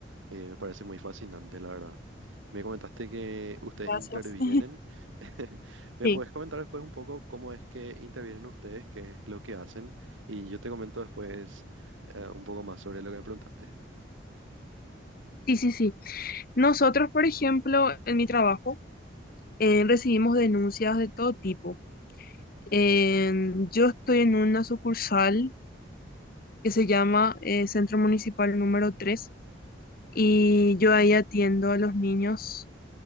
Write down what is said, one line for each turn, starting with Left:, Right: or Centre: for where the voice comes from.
Right: Eh, me parece muy fascinante, la verdad. Me comentaste que ustedes
Left: Gracias.
Right: intervienen.
Left: <laughs>
Right: <laughs> ¿Me
Left: Sí,
Right: puedes comentar después un poco cómo es que intervienen ustedes, qué es lo que hacen? Y yo te comento después eh, un poco más sobre lo que me preguntaste.
Left: sí, sí, sí. Nosotros, por ejemplo, en mi trabajo, eh, recibimos denuncias de todo tipo. En- yo estoy en una sucursal que se llama eh, Centro Municipal número tres y yo ahí atiendo a los niños.